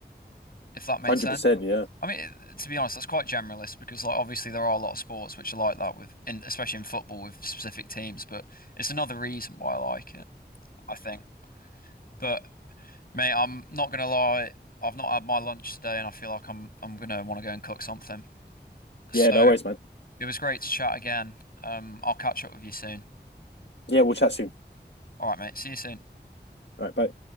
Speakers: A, on the left (about 55°); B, on the left (about 75°).
A: if that makes
B: hundred
A: sense.
B: percent. Yeah,
A: I mean, it- to be honest, that's quite generalist because, like, obviously there are a lot of sports which are like that with, in, especially in football with specific teams. But it's another reason why I like it. I think. But mate, I'm not gonna lie, I've not had my lunch today and I feel like I'm I'm gonna want to go and cook something. So
B: yeah. No worries, man.
A: it was great to chat again. Um, I'll catch up with you soon.
B: Yeah, we'll chat soon.
A: All right, mate. See you soon.
B: All right, bye.